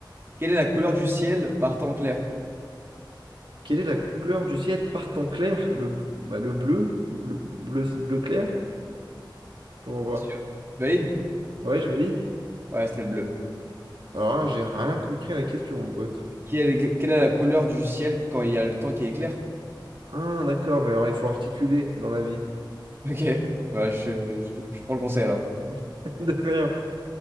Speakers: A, on the right; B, on the right.
A: Quelle est la couleur du ciel par temps clair?
B: Quelle est la couleur du ciel par temps clair? Le, b- bah, le bleu, bleu, bleu, bleu clair? Je renvoie.
A: T'es sûr? Tu valides?
B: Ouais, je valide.
A: Ouais, c'était le bleu.
B: Alors là, j'ai rien compris à la question, mon pote.
A: Quelle, quelle est la couleur du ciel quand il y a le temps qui est clair?
B: Ah, d'accord, mais alors il faut articuler dans la vie.
A: <laughs> Ok, bah, je, je- je prends le conseil alors.
B: <laughs> De rien.